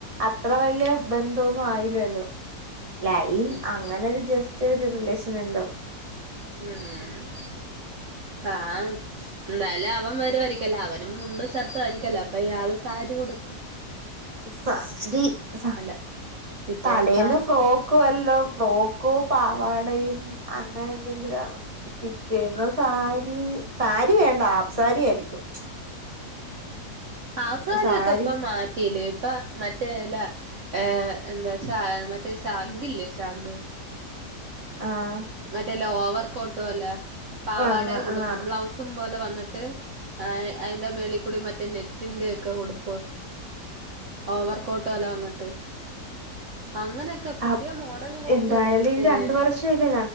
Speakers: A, on the right (about 20°); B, on the right (about 50°).
A: അത്ര വല്യ ബന്ധോന്നും ആയില്ലല്ലോ ലൈൻ
B: ഉം
A: അങ്ങനെ ഒരു ജസ് <unintelligible> ഒരു റിലേഷനുണ്ടോ
B: ഉം ആ എന്തായാലും അവൻ <unintelligible> അവനും മുണ്ടും ഷർട്ടായിരിക്കല്ല അയാള് സാരി ഉടുക്കും
A: സാരി സ
B: അല്ല പിറ്റേന്ന്
A: തലേന്ന്
B: സാരി
A: ഫ്രോക്കു വ <unintelligible> ഫ്രോക്കൊ പാവാടയും അങ്ങനെന്തെങ്കിലും ആ പിറ്റേന്ന് സാരി സാരി വേണ്ട ഹാഫ് സാരി ആരിക്കും
B: ഹാഫ് സാരിയൊക്കെ
A: സാരി
B: ഇപ്പൊ മാറ്റിലെ ഇപ്പ മറ്റേ ല ഏ എന്താ ചാ മറ്റേ ഷാ ഇതില്ലേ ശാഗ്
A: ആഹ്
B: മറ്റേ <unintelligible> ഓവർ കോട്ട് പോല പാവാടയും
A: വന്ന്
B: ഉടുപ്പും
A: ആഹ്
B: ബ്ലൗസും പോലെ വന്നി ട്ട് അതിന്റെ മേലെക്കൂടി മറ്റെ നെറ്റിന്റെ ഒക്കെ ഉടുപ്പ് ഓവർകോട്ടോലെ വന്നിട്ട് അങ്ങനെയൊക്കെ പുതിയ
A: അപ്
B: മോഡൽ നോക്കിയെട്
A: എന്തായാലും
B: കൊച്ചേ
A: ഇനി രണ്ട് വർഷംല്ലേ